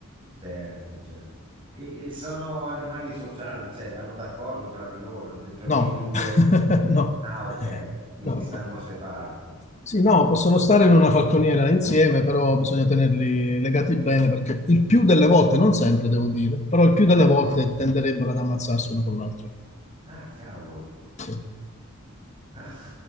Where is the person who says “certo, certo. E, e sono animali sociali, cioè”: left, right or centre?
Right